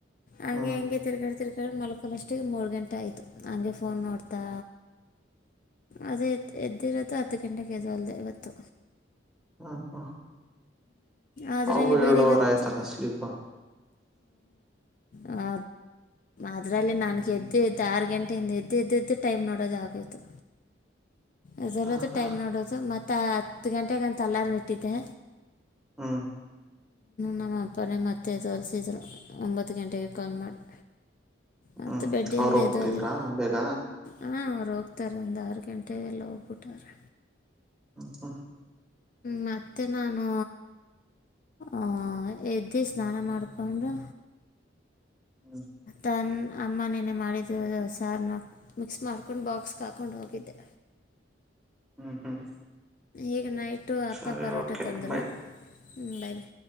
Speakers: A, on the left (about 45°); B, in the centre.
A: ಹಂಗೆ
B: ಹ
A: ಹೆಂಗೆ ತಿರ್ಗ. ತಿರಗಳ ಮಲ್ಕಲ್ಲಷ್ಟಿಗೆ ಮೂರ ಗಂಟೆ ಆಯಿತು ಹಂಗೆ ಫೋನ್ ನೋಡ್ತಾ ಅದೇ ಎದ್ದಿರೋದು ಹತ್ತು ಗಂಟೆಗೆ ಎದ್ದೋಳ್ದೆ ಇವತ್ತು.
B: ಹಾ ಹಾ
A: ಅದರಲ್ಲಿ
B: ಅವು
A: ಬೇರೆ
B: ಏಳು
A: ಇವತ್ತು
B: ವರೆ ಆಯ್ತಲ್ಲ ಸ್ಲೀಪು
A: ಆ ಅದರಲ್ಲಿ ನನಗೆ ಎದ್ದಿದ್ದು ಆರ್ ಗಂಟೆಯಿಂದ ಎದ್ದು ಎದ್ದು ಎದ್ದು ಟೈಮ್ ನೋಡೋದ ಆಗೋಯ್ತು ಎದ್ದೇಳೋದು
B: ಹ ಹ
A: ಟೈಮ್ ನೋಡೋದು ಮತ್ ಆ ಹತ್ ಗಂಟೆಗಂತ ಅಲರಾಮ ಇಟ್ಟಿದ್ದೆ
B: ಹಾ
A: ನಮ್ಮ ಅಪ್ಪನೇ ಮತ್ತೆ ಎದ್ದೋಳಸಿದ್ರು ಒಂಬತ್ ಗಂಟೆಗೆ ಕಾಲ್ ಮಾಡಿ ಮತ್ತು
B: ಹ್ಮ್
A: ಬೆಡ್ಡಿಂದ
B: ಅವ್ರ ಹೋಗ್ಬಿಟ್ಟಿದ್ರಾ
A: ಎದ್ದೇಳಲಿಲ್ಲ
B: ಬೇಗ
A: ಹಾಂ ಅವ್ರು ಹೋಗ್ತಾರೆ ಒಂದು ಆರ ಗಂಟೆಗೆಲ್ಲ ಹೋಗ್ಬಿಟ್ಟಾರೆ
B: ಹ ಹಾ
A: ಮತ್ತೆ ನಾನು ಅ ಎದ್ದಿ ಸ್ನಾನ ಮಾಡಕೊಂಡು
B: ಹ್ಮ
A: ತನ್ನ ಅಮ್ಮ ನೆನ್ನೆ ಮಾಡಿದ್ದ ಸಾರನ್ನ ಮಿಕ್ಸ್ ಮಾಡ್ಕೊಂಡು ಬಾಕ್ಸ್ಗೆ ಹಾಕೊಂಡು ಹೋಗಿದ್ದೆ
B: ಹ್ಮ್ ಹ್ಮ್
A: ಈಗ ನೈಟ್ ಟು ಅಪ್ಪ
B: ಸರಿ
A: ಪರೋಟೆ
B: ಓಕೆ
A: ತಂದ್ರು
B: ಬಾಯ್
A: ಭಾಯಿ